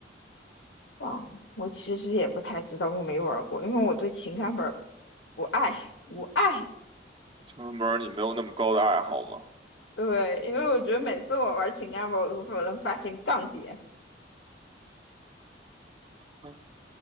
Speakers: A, on the left; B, on the right.
A: 忘了，我其实也不太知道，我没玩儿过，因为我对情感本儿不爱无爱。
B: 就是门儿你没有那么高的爱好吗？
A: 对，因为我觉得每次我玩情感本儿，我都能发现杠点。
B: 嗯